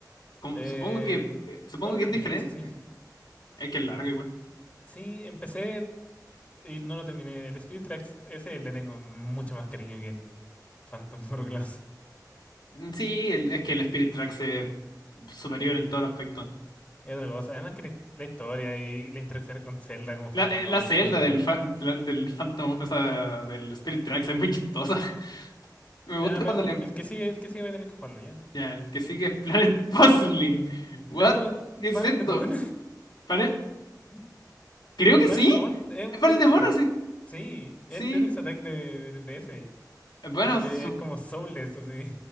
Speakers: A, on the left; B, on the left.
A: Eh,
B: supongo que,
A: n-
B: eh, supongo
A: no lo
B: que
A: terminé,
B: es diferente.
A: eso sí.
B: Es que es largo igual.
A: Sí, empecé y no lo terminé. El Spirit Tracks, ese le tengo mucho más cariño que el Phantom <laughs> Hourglass.
B: Mm, Sí, el- es que el Spirit Tracks es superior en todos los aspectos.
A: Es otra cosa. Además que la la historia y la interacción con Zelda como fantasma
B: La, eh, la celda
A: están...
B: del, fa- la- del Phantom, o sea, del Spirit Tracks es muy chistosa. <laughs> Me gusta
A: Ya, veamos,
B: cuando le...
A: el el que sigue, el que sigue va a tener que jugarlo, ya.
B: Ya, el que sigue es Planet <laughs> Puzzling. What?
A: Esto es
B: ¿Qué es
A: panel
B: esto?
A: de Pokémon.
B: ¿Panel?
A: <laughs>
B: Creo que
A: Panel
B: sí.
A: de Pon es un
B: Es panel
A: Tetris
B: de bonos,
A: Attack.
B: sí.
A: Sí, es
B: Sí.
A: el Tetris Attack de, de, de ese,
B: Bueno,
A: que
B: su-
A: es como soulless, así.